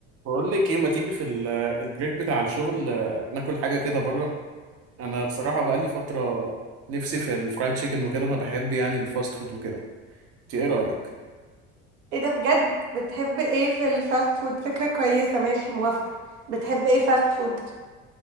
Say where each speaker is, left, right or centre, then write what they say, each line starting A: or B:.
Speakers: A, on the right (about 40°); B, on the right (about 80°).
A: بقول لك ايه ما تيجي في ال- البريك بتاع الشغل آه، ناكل حاجه كده بره انا بصراحه بقى لي فتره نفسي في الفرايد تشيكن وكده انا بحب يعني الفاست فود وكده انت ايه رايك
B: ايه ده بجد بتحب ايه في الفاست فود فكرة كويسة ماشي موافقة بتحب ايه فاست فود